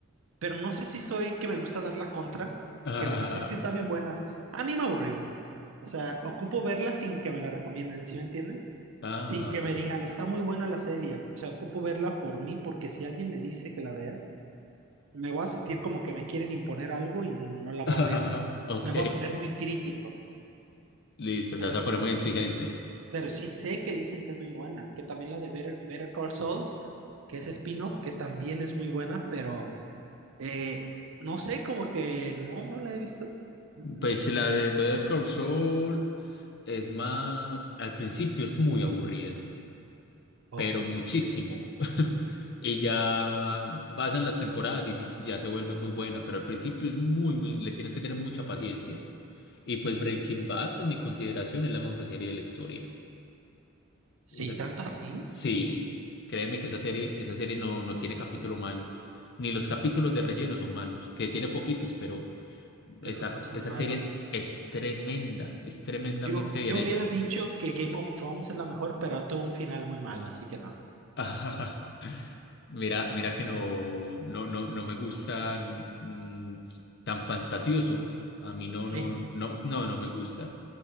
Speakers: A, on the right (about 70°); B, on the left (about 50°).
A: Pero no sé si soy que me gusta dar la contra,
B: <laughs>
A: que me dicen es que está
B: Ah,
A: bien buena. A mí me aburrió. O sea, ocupo verla sin que me la recomienden, ¿sí me entiendes?
B: ah,
A: Sin que
B: ok.
A: me digan, está muy buena la serie. O sea, ocupo verla por mí, porque si alguien me dice que la vea, me voy a sentir como que me quieren imponer algo y no la
B: <laughs>
A: voy a ver.
B: Ok,
A: Me voy a poner muy crítico.
B: listo,
A: Pero,
B: te vas a
A: s-
B: poner muy exigente.
A: pero sí sé que dicen que es muy buena. Que también la de Better, Better Call Saul, que es spin-off, que también es muy buena, pero. Eh, no sé, como que no, no la he visto. Mm,
B: Pues
A: mm.
B: la de Better Call Saul es más, al principio es muy aburrida,
A: Ok.
B: pero muchísimo. <laughs> Y ya pasan las temporadas y sí, sí, ya se vuelve muy buena, pero al principio es muy, muy, le tienes que tener mucha paciencia. Y pues Breaking Bad, en mi consideración, es la mejor serie de la historia.
A: Sí,
B: Esa es-
A: tanto así,
B: sí, créeme que esa serie, esa serie no, no tiene capítulo malo. Ni los capítulos de relleno son malos, que tiene poquitos, pero
A: pero
B: esa,
A: no son
B: esa
A: malos.
B: serie es, es tremenda, es tremendamente
A: Yo, yo
B: bien hecha.
A: hubiera dicho que Game of Thrones es la mejor, pero tuvo un final muy malo, así que no.
B: <laughs> Mira, mira que no, no, no, no me gustan mm, tan fantasioso. A mí no,
A: Sí,
B: no, no, no, no me gusta.